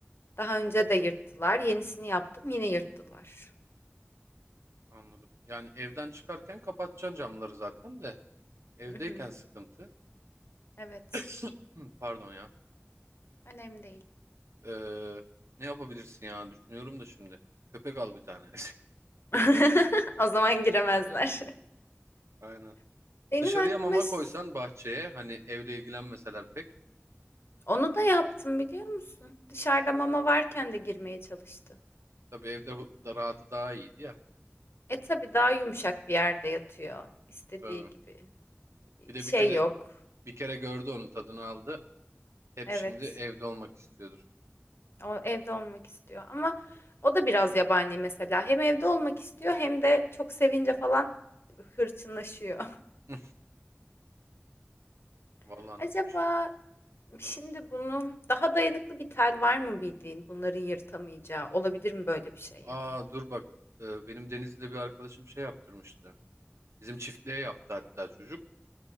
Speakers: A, on the left (about 60°); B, on the right (about 85°).
A: Daha önce de yırttılar. Yenisini yaptım, yine yırttılar.
B: anladım. Yani evden çıkarken kapatacaksın camları zaten de. Evdeyken
A: Hı hı.
B: sıkıntı.
A: Evet,
B: <laughs> <clears throat> Pardon ya.
A: önemli değil.
B: Ee, ne yapabilirsin ya? Düşünüyorum da şimdi. Köpek al bir tane.
A: <laughs> O zaman giremezler.
B: <laughs> Aynen.
A: <laughs> Benim
B: Dışarıya
A: aklıma
B: mama
A: ş-
B: koysan bahçeye hani evle ilgilenmeseler pek.
A: onu da yaptım biliyor musun? Dışarıda mama varken de girmeye çalıştı.
B: Tabii evde hu- da rahatı daha iyiydi ya.
A: E tabii daha yumuşak bir yerde yatıyor. İstediği
B: Tabii.
A: gibi.
B: Bir de
A: Şey
B: bir kere
A: yok.
B: bir kere gördü onun tadını aldı. Hep
A: Evet.
B: şimdi evde olmak istiyordur.
A: O evde olmak istiyor ama o da biraz yabani mesela. Hem evde olmak istiyor hem de çok sevince falan hırçınlaşıyor.
B: <laughs> Vallahi
A: <laughs> Acaba
B: nasıl bir şey bu? Hmm.
A: şimdi bunu daha dayanıklı bir tel var mı bildiğin bunların yırtamayacağı? Olabilir mi böyle bir şey
B: Aa
A: ya da?
B: dur bak. Ee, benim Denizli'de bir arkadaşım şey yaptırmıştı. Bizim çiftliğe yaptı hatta çocuk.